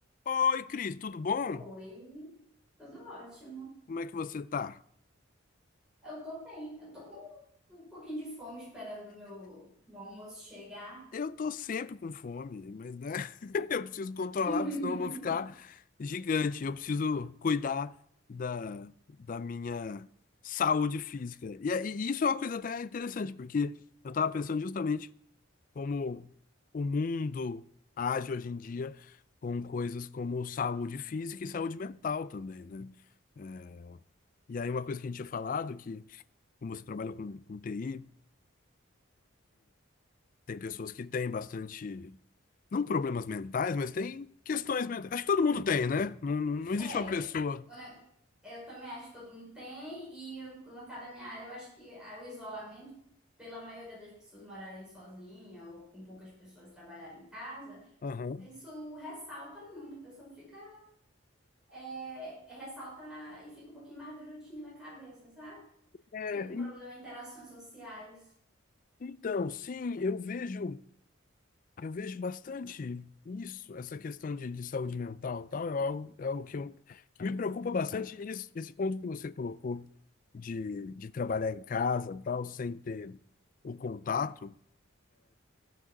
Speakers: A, on the left; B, in the centre.
A: Oi, Cris, tudo bom?
B: Oi, tudo ótimo.
A: Como é que você tá?
B: Eu tô bem, eu tô com um pouquinho de fome esperando o meu, meu almoço chegar.
A: Eu tô sempre com fome, mas né, <laughs> eu preciso controlar,
B: <laughs>
A: porque senão eu vou ficar gigante. Eu preciso cuidar da, da minha saúde física. E, é, e isso é uma coisa até interessante, porque eu tava pensando justamente como o mundo age hoje em dia com coisas como saúde física e saúde mental também, né? É, E aí uma coisa que a gente tinha falado, que como você trabalha com, com TI, Tem pessoas que têm bastante, não problemas mentais, mas tem questões mentais. Acho que todo mundo tem, né? Não, não, não existe
B: É,
A: uma pessoa.
B: né, eu também acho que todo mundo tem, e eu, no caso da minha área, eu acho que ah, o isolamento, pela maioria das pessoas morarem sozinha ou com poucas pessoas trabalharem em casa,
A: Aham.
B: isso ressalta muito, a pessoa fica, é, é, ressalta e fica um pouquinho mais birutinha da cabeça, sabe?
A: É,
B: Fica com problema
A: en-
B: em interações sociais.
A: então, sim, eu vejo, eu vejo bastante isso, essa questão de, de saúde mental, e tal, é algo, é algo que, eu, que me preocupa bastante. E Esse, esse ponto que você colocou de, de trabalhar em casa, tal, sem ter o contato,